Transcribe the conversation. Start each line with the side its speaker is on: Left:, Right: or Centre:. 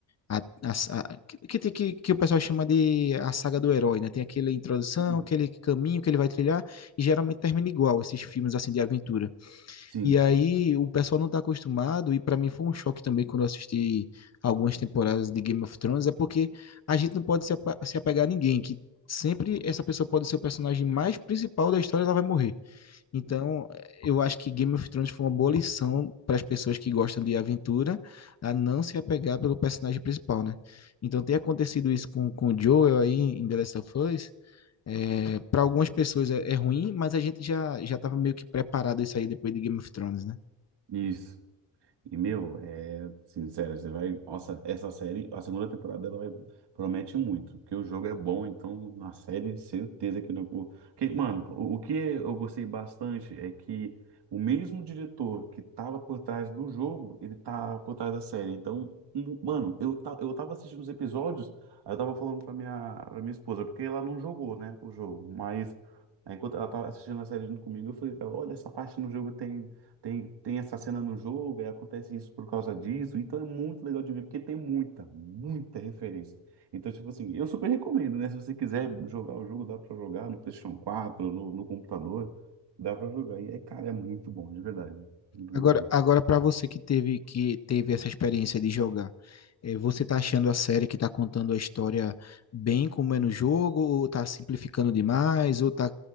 Left: a, a- a- que, que, que, que o pessoal chama de a saga do herói, né? Tem aquela introdução,
Right: hum,
Left: aquele caminho que ele vai trilhar e geralmente termina igual esses filmes assim de aventura.
Right: Sim,
Left: E aí o pessoal não tá acostumado, e para mim foi um choque também quando eu assisti algumas temporadas de Game of Thrones, é porque a gente não pode se apa- se apegar a ninguém, que sempre essa pessoa pode ser o personagem mais principal da história, ela vai morrer. Então, eh, eu acho que Game of Thrones foi uma boa lição para as pessoas que gostam de aventura a não se apegar pelo personagem principal, né? Então, tem acontecido isso com com o Joel aí em The Last of Us, É, para algumas pessoas é, é ruim, mas a gente já já estava meio que preparado isso aí depois de Game of Thrones, né?
Right: isso. E, meu, é sincero, você vai. Nossa, essa série, a segunda temporada, ela vai, promete muito, porque o jogo é bom, então na série, certeza que não. o- Que, mano, o, o que eu gostei bastante é que o mesmo diretor que tava por trás do jogo, ele tá por trás da série. Então, um- mano, eu, ta, eu tava assistindo os episódios, aí eu tava falando pra minha, pra minha esposa, porque ela não jogou, né, o jogo, mas. Aí, enquanto ela tava assistindo a série junto comigo, eu falei pra ela, olha, essa parte no jogo tem. Tem, tem essa cena no jogo, aí acontece isso por causa disso. Então é muito legal de ver, porque tem muita, muita referência. Então, tipo assim, eu super recomendo, né? Se você quiser jogar o jogo, dá pra jogar no PlayStation 4, no, no computador, dá pra jogar. E, é, cara, é muito bom, de verdade. Muito
Left: Agora,
Right: bom, mesmo.
Left: agora para você que teve que teve essa experiência de jogar, eh, você tá achando a série que tá contando a história bem como é no jogo, ou tá simplificando demais, ou tá